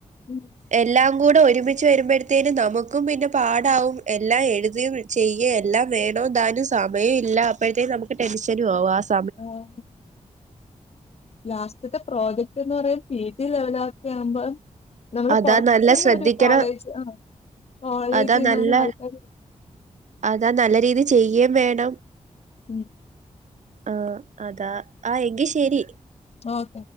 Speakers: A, on the left; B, on the right.
A: ചെയ്യും.
B: എല്ലാം കൂടെ ഒരുമിച്ച് വരുമ്പോഴേത്തിന്‌ നമുക്കും പിന്നെ പാടാവും എല്ലാം എഴുതിയും ചെയ്യ എല്ലാം വേണദാനും സമയും ഇല്ല അപ്പോഴ്ത്തേനും നമുക്ക് ടെൻഷനും ആവും ആ സ
A: ആഹ്. ലാസ്റ്റ്ത്തെ പ്രോജക്ട്ന്ന് പറയ പി ജി ലെവലൊക്കെ ആകുമ്പോ നമ്മള്
B: അതാ
A: പൊർത്ത്ന്ന്
B: നല്ല ശ്രദ്ധിക്കണം
A: ഒരു കോളേജ് ആഹ് കോളേജ്ന്നാണ്
B: അതാ നല്ല
A: ആൾക്കാര്
B: അതാ നല്ല രീതി ചെയേം വേണം.
A: ഉം
B: ആഹ് അതാ ആ എങ്കി ശെരി.
A: ഓക്കെ